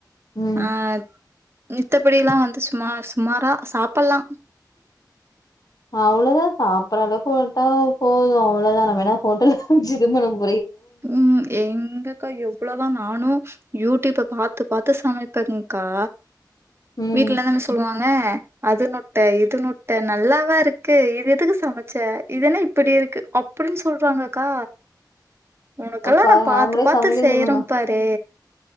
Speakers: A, on the left; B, on the right.
A: ம்
B: ஆ மித்தபடிலா வந்து சுமா சுமாரா சாப்புட்லா.
A: அவ்ளோதா சாப்பிட்றளவுக்கு வந்ட்டா போது அவ்ளோதா நம்ம என்ன ஹோட்டலா வச்சி ம்ப நம்
B: ம் எங்கக்கா எவ் ளோதா நானு யூடியூப்ப பாத்து பாத்து சமைப்பேங்க்கா
A: ம்
B: வீட்லலா என்ன சொல்லுவாங்க அது நொ ட்ட இது நொட்ட நல்லாவா இருக்கு இது எதுக்கு சமைச்ச இது என்ன இப்டி இருக்கு அப்டின்னு சொல்றாங்கக்கா உனக்கெல்லா
A: பாருங்க
B: நா பாத்து
A: அவங்களே
B: பாத்து
A: சமைக்க
B: செய்யறே
A: சொல்லுங்க
B: பாரு